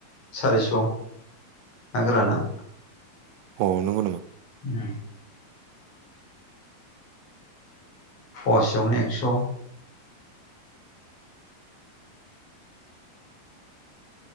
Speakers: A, on the left; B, on the right.
A: सारिस' ना गोराना।
B: अ नंगौ नामा?
A: ओम पवासेयावनो एक्स'।